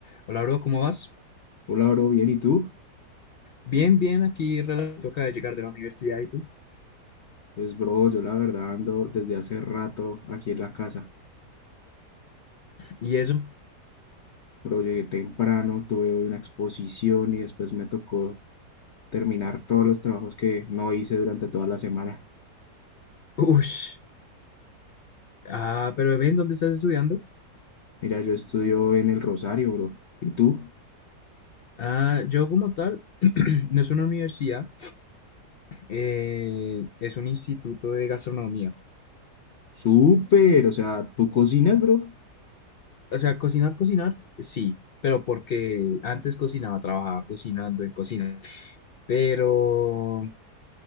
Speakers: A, on the left; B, on the left.
A: Hola, bro, ¿cómo vas?
B: Hola, bro, bien, ¿y tú?
A: Bien, bien, aquí relato acaba de llegar de la universidad y tú.
B: Pues, bro, yo la verdad ando desde hace rato aquí en la casa.
A: ¿Y eso?
B: Bro, llegué temprano, tuve hoy una exposición y después me tocó terminar todos los trabajos que no hice durante toda la semana.
A: Ush. Ah, pero ven, ¿dónde estás estudiando?
B: Mira, yo estudio en el Rosario, bro. ¿Y tú?
A: Ah, yo como tal, <clears throat> no es una universidad, eh, es un instituto de gastronomía.
B: Súper, o sea, ¿tú cocinas, bro?
A: O sea, cocinar, cocinar, sí, pero porque antes cocinaba, trabajaba cocinando en cocina. Pero,